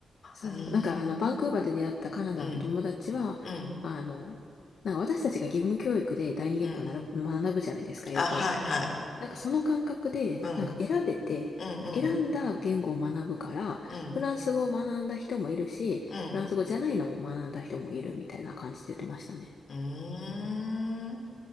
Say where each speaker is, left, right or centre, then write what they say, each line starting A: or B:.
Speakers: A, on the left (about 60°); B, on the left (about 45°).
A: そう、
B: うーん、
A: なんかあの、バンクーバーで出会ったカナダの友達は、
B: うん、うん、
A: あの、なんか私たちが義務教育で第二言語なら学ぶじゃないですか、
B: うん。
A: 英語を。
B: あ、はい、はい。
A: なんかその感覚で、
B: うん、
A: なんか選べて、
B: うん、
A: 選んだ言語を学ぶから、
B: うん、うん、
A: フランス語を学んだ人もいるし、
B: うん。
A: フランス語じゃないのを学んだ人もいるみたいな感じで言ってましたね。
B: うーん。